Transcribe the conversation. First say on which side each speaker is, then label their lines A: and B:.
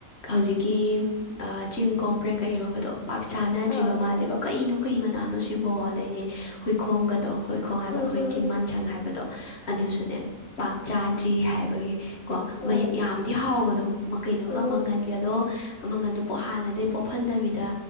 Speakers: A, on the left; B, on the left.
A: ꯍꯧꯖꯤꯛꯀꯤ ꯆꯤꯡ ꯀꯣꯝꯄ꯭ꯔꯦ ꯀꯩ ꯏꯤꯔꯣꯝꯕꯗꯣ ꯄꯥꯛ ꯆꯥꯅꯗ꯭ꯔꯤꯕ
B: ꯑꯥ
A: ꯃꯥꯜꯂꯦꯕ ꯀꯩꯅꯣ ꯀꯩ ꯃꯅꯥꯅꯣ ꯁꯤꯕꯣ ꯑꯗꯩꯗꯤ ꯍꯨꯏꯈꯣꯡꯒꯗꯣ ꯍꯨꯏꯈꯣꯡ ꯍꯥꯏꯕ
B: ꯎꯝ
A: ꯑꯩꯈꯣꯏ
B: ꯎꯝ
A: ꯆꯤꯡ ꯃꯥꯟꯁꯪ ꯍꯥꯏꯕꯗꯣ ꯑꯗꯨꯁꯨꯅꯦ ꯄꯥꯛ ꯆꯥꯗ꯭ꯔꯤ ꯍꯥꯏꯕꯒꯤ ꯀꯣ
B: ꯎꯝ ꯎꯝ
A: ꯌꯥꯝꯗꯤ ꯍꯥꯎꯕꯗꯣ ꯀꯩꯅꯣꯒ
B: ꯎꯝ
A: ꯃꯪꯒꯟꯒꯗꯣ ꯃꯪꯒꯟꯗꯣ ꯍꯥꯟꯅꯗꯩ ꯄꯣꯍꯟꯗꯕꯤꯗ